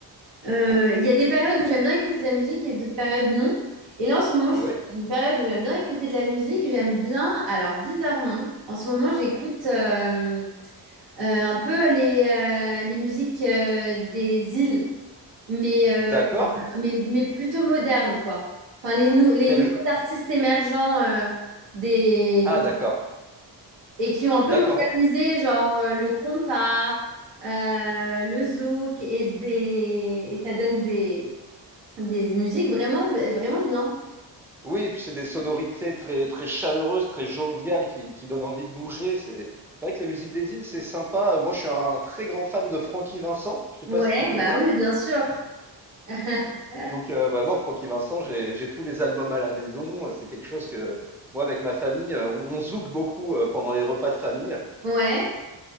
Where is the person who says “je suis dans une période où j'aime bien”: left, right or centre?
Right